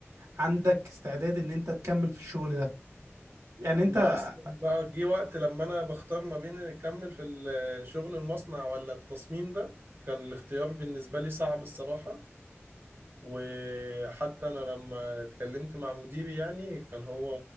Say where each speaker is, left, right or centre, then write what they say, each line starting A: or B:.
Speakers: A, on the right; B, on the right.
A: عندك استعداد إن أنت تكمل في الشغل ده يعني أنت
B: ما أصلا بقى جه وقت لما أنا بختار ما بين أكمل في الشغل المصنع ولا التصميم ده كان الاختيار بالنسبة لي صعب الصراحة وحتى أنا لما اتكلمت مع مديري يعني كان هو